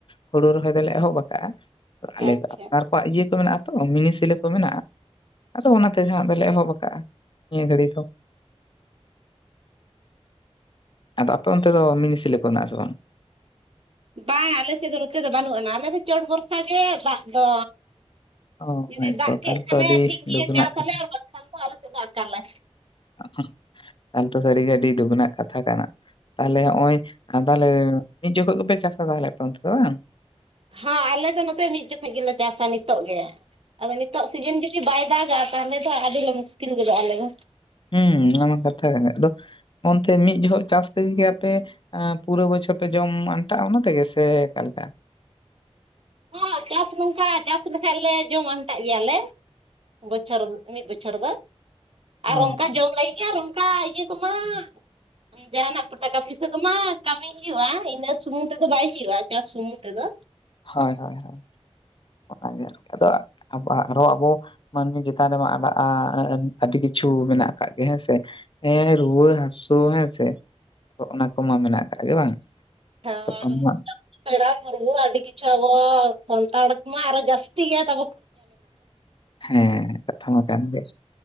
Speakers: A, on the left; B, on the right.
A: ᱦᱩᱲᱩ ᱨᱚᱦᱚᱭ ᱫᱚᱞᱮ ᱮᱦᱚᱵ ᱟᱠᱟᱫ ᱟᱞᱮ
B: ᱟᱪᱪᱷᱟ
A: ᱫᱚ ᱟᱯᱱᱟᱨ ᱠᱚᱣᱟᱜ ᱤᱭᱟᱹ ᱠᱚ ᱢᱮᱱᱟᱜᱼᱟ ᱛᱚ ᱢᱤᱱᱤ ᱥᱮᱞᱳ ᱠᱚ ᱢᱮᱱᱟᱜᱼᱟ ᱟᱫᱚ ᱚᱱᱟᱛᱮ ᱦᱟᱸᱜ ᱫᱚᱞᱮ ᱮᱦᱚᱵ ᱠᱟᱜᱼᱟ ᱱᱤᱭᱟᱹ ᱜᱷᱟᱹᱲᱤ ᱫᱚ ᱟᱫᱚ ᱟᱯᱮ ᱚᱱᱛᱮ ᱫᱚ ᱢᱤᱱᱤ ᱥᱮᱞᱳ ᱠᱚ ᱢᱮᱱᱟᱜ-ᱟ ᱥᱮ ᱵᱟᱝ?
B: ᱵᱟᱝ ᱟᱞᱮ ᱥᱮᱫ ᱫᱚ ᱱᱚᱛᱮ ᱫᱚ ᱵᱟᱹᱱᱩᱜ ᱟᱱᱟ ᱟᱞᱮ ᱫᱚ ᱪᱚᱴ ᱵᱷᱚᱨᱥᱟ ᱜᱮ ᱫᱟᱜ ᱫᱚ
A: ᱚ
B: ᱡᱩᱫᱤ
A: ᱦᱮᱸᱛᱚ
B: ᱫᱟᱜ
A: ᱛᱟᱦᱚᱞᱮ
B: ᱠᱮᱫ ᱠᱷᱟᱱᱮ
A: ᱛᱚ ᱟᱹᱰᱤ
B: ᱴᱷᱤᱠ
A: ᱫᱩᱠ
B: ᱜᱮᱭᱟ
A: ᱨᱮᱱᱟᱜ
B: ᱪᱟᱥ
A: ᱠᱟᱛᱷᱟ
B: ᱟᱞᱮ ᱟᱨ ᱵᱟᱝᱠᱷᱟᱱ ᱫᱚ ᱟᱞᱮ ᱥᱮᱫ ᱫᱚ ᱟᱠᱟᱞᱟᱭ
A: ᱦᱚᱸᱜ-ᱚ ᱛᱟᱦᱚᱞᱮ ᱛᱚ ᱥᱟᱹᱨᱤ ᱜᱮ ᱟᱹᱰᱤ ᱫᱩᱠ ᱨᱮᱱᱟᱜ ᱠᱟᱛᱷᱟ ᱠᱟᱱᱟ ᱛᱟᱦᱞᱮ ᱱᱚᱜᱼᱚᱭ ᱛᱟᱦᱞᱮ ᱢᱤᱫ ᱡᱚᱠᱷᱚᱡ ᱜᱮᱯᱮ ᱪᱟᱥᱟ ᱛᱟᱦᱞᱮ ᱟᱯᱮ ᱚᱱᱛᱮ ᱫᱚ ᱵᱟᱝ?
B: ᱦᱚᱸ ᱟᱞᱮ ᱫᱚ ᱱᱚᱛᱮ ᱢᱤᱫ ᱡᱚᱠᱷᱚᱡ ᱜᱮᱞᱮ ᱪᱟᱥᱟ ᱱᱤᱛᱚᱜ ᱜᱮ ᱟᱫᱚ ᱱᱤᱛᱚᱜ ᱥᱤᱡᱤᱱ ᱡᱩᱫᱤ ᱵᱟᱭ ᱫᱟᱜᱟ ᱛᱟᱦᱞᱮ ᱫᱚ ᱟᱹᱰᱤ ᱞᱮ ᱢᱩᱥᱠᱤᱞ ᱜᱚᱫᱚᱜ ᱟᱞᱮ ᱫᱚ
A: ᱦᱩᱸ ᱚᱱᱟ ᱢᱟ ᱠᱟᱛᱷᱟ ᱠᱟᱱᱟ ᱟᱫᱚ ᱚᱱᱛᱮ ᱢᱤᱫ ᱡᱚᱦᱚᱜ ᱪᱟᱥ ᱛᱮᱜᱮ ᱟᱯᱮ ᱯᱩᱨᱟᱹ ᱵᱚᱪᱷᱚᱨ ᱯᱮ ᱡᱚᱢ ᱟᱱᱴᱟᱜᱼᱟ ᱚᱱᱟ ᱛᱮᱜᱮ ᱥᱮ ᱚᱠᱟᱞᱮᱠᱟ?
B: ᱦᱚᱸ ᱪᱟᱥ ᱱᱚᱝᱠᱟ ᱪᱟᱥ ᱞᱮᱠᱷᱟᱡ ᱞᱮ ᱡᱚᱢ ᱟᱱᱴᱟᱜ ᱜᱮᱭᱟᱞᱮ ᱵᱚᱪᱷᱚᱨ ᱢᱤᱫ ᱵᱚᱪᱷᱚᱨ ᱫᱚ
A: ᱦᱩᱸ
B: ᱟᱨ ᱚᱱᱠᱟ ᱡᱚᱢ ᱞᱟᱹᱜᱤᱫ ᱜᱮ ᱟᱨ ᱩᱱ ᱚᱠᱟ ᱤᱭᱟᱹ ᱠᱚᱢᱟ <unintelligible> ᱡᱟᱦᱟᱱᱟᱜ ᱠᱚ ᱴᱟᱠᱟ ᱯᱩᱭᱥᱟᱹ ᱠᱚᱢᱟ ᱠᱟᱹᱢᱤ ᱦᱩᱭᱩᱜᱼᱟ ᱤᱱᱟᱹᱜ ᱥᱩᱢᱩᱝ ᱛᱮᱫᱚ ᱵᱟᱭ ᱦᱩᱭᱩᱜᱼᱟ ᱪᱟᱥ ᱥᱩᱢᱩᱝ ᱛᱮᱫᱚ
A: ᱦᱳᱭ ᱦᱳᱭ ᱦᱳᱭ ᱚᱱᱟᱜᱮ ᱟᱨᱠᱤ ᱟᱫᱚ ᱟᱵᱚ ᱟᱜ ᱨᱚᱲ ᱢᱟᱹᱱᱢᱤ ᱪᱮᱛᱟᱱ ᱨᱮᱢᱟ ᱟᱲᱟᱜᱼᱟ ᱟᱹᱰᱤ ᱠᱤᱪᱷᱩ ᱠᱤᱪᱷᱩ ᱢᱮᱱᱟᱜ ᱟᱠᱟᱜ ᱜᱮ ᱦᱮᱸ ᱥᱮ ᱮᱸ ᱨᱩᱣᱟᱹ ᱦᱟᱹᱥᱩ ᱦᱮᱸ ᱥᱮ ᱛᱚ ᱚᱱᱟ ᱠᱚᱢᱟ ᱢᱮᱱᱟᱜ ᱟᱠᱟᱟᱜ ᱜᱮ ᱵᱟᱝ
B: <inaudible>
A: ᱛᱚᱠᱷᱚᱱ ᱢᱟ
B: ᱯᱮᱲᱟ ᱛᱚᱵᱩ ᱟᱹᱰᱤ ᱠᱤᱪᱩ ᱟᱵᱚ ᱥᱟᱱᱛᱟᱲ ᱠᱚ ᱢᱟ ᱟᱨᱦᱚ ᱡᱟᱹᱥᱛᱤ ᱜᱮᱭᱟ ᱛᱚ
A: ᱦᱮᱸ ᱠᱟᱛᱷᱟ ᱢᱟ ᱠᱟᱱ ᱜᱮᱭᱟ